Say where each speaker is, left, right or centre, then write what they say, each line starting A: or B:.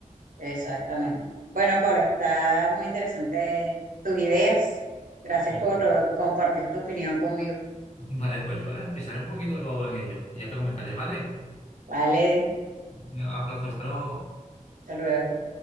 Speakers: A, on the right; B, on the left.
A: exactamente. Bueno, Paula, está muy interesante tus ideas. Gracias
B: Pues,
A: por eh, compartir tu opinión conmigo.
B: <laughs> vale, pues yo eh, pensaré un poquito en ello y ya te comentaré, ¿vale?
A: Vale,
B: Un abrazo, hasta luego.
A: hasta luego.